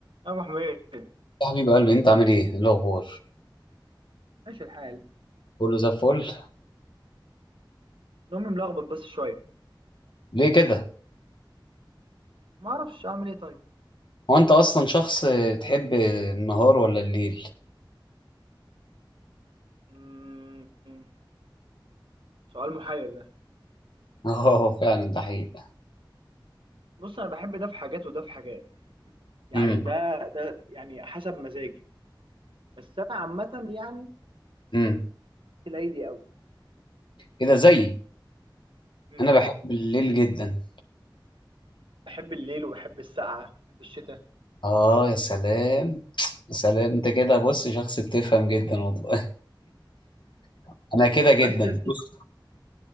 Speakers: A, on the right; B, on the left.
A: يا ابو حميد
B: يا حبيب قلبي انت عامل ايه ايه الاخبار
A: ماشي الحال
B: كله زي الفل
A: نومي ملخبط بس شويه
B: ليه كده
A: ما اعرفش اعمل ايه طيب
B: هو انت اصلا شخص بتحب النهار ولا الليل
A: مم. سؤال محير ده
B: <laughs> اه فعلا ده حقيقة
A: بص انا بحب ده في حاجات وده في حاجات يعني
B: امم
A: ده ده يعني حسب مزاجي بس انا عامه يعني
B: امم
A: ليلي قوي
B: كده زيي
A: امم
B: انا بحب الليل جدا
A: بحب الليل وبحب السقعه بحب الشتاء
B: اه يا سلام يا سلام انت كده بص شخص بتفهم جدا والله <laughs> انا كده جدا
A: بس يا سيدي
B: بص